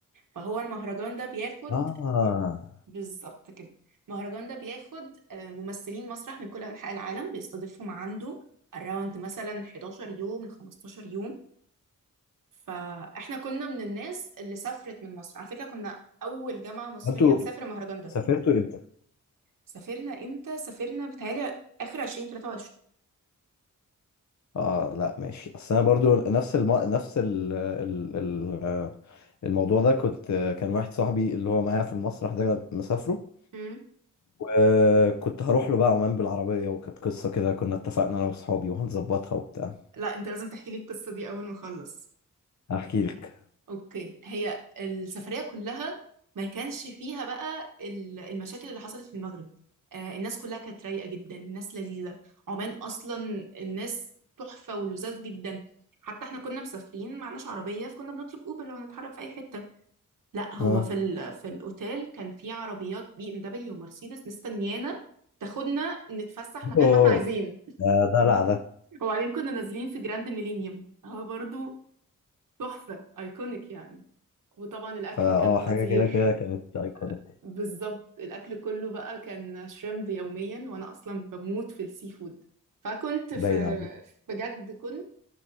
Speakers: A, on the right; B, on the left.
A: فهو المهرجان ده بياخد
B: اه
A: بالظبط كده المهرجان ده بياخد آه، ممثلين مسرح من كل انحاء العالم بيستضيفهم عنده around مثلا 11 يوم ل 15 يوم فاحنا كنا من الناس اللي سافرت من مصر على فكره كنا اول جامعه مصريه
B: انتوا
A: تسافر المهرجان ده
B: سافرتوا امتى
A: سافرنا امتى سافرنا بتهيألي اخر 20 23
B: اه لا ماشي اصل انا برضو نفس الم... نفس ال... ال... ال... الموضوع ده كنت كان واحد صاحبي اللي هو معايا في المسرح ده مسافره
A: امم
B: وكنت هروح له بقى عمان بالعربية وكانت قصة كده كنا اتفقنا أنا وأصحابي وهنظبطها وبتاع
A: لا انت لازم تحكي لي القصة دي اول ما اخلص
B: هحكي لك
A: اوكي هي السفرية كلها ما كانش فيها بقى ال- المشاكل اللي حصلت في المغرب آه الناس كلها كانت رايقة جدا الناس لذيذة عمان اصلا الناس تحفة ولذاذ جدا حتى احنا كنا مسافرين معناش عربية فكنا بنطلب اوبر لو هنتحرك في اي حتة لا هو
B: اه
A: في ال في الاوتيل كان في عربيات بي ام دبليو ومرسيدس مستنيانا تاخدنا نتفسح مكان
B: أوه
A: ما احنا عايزين
B: ده دلع ده
A: وبعدين كنا نازلين في جراند ميلينيوم هو برضو تحفة ايكونيك يعني وطبعا الاكل
B: فأه
A: كان خطير
B: حاجة كده كده كانت أيكونيك
A: بالظبط الاكل كله بقى كان شريمب يوميا وانا اصلا بموت في السي فود فكنت
B: باين
A: في
B: عليك
A: بجد كنت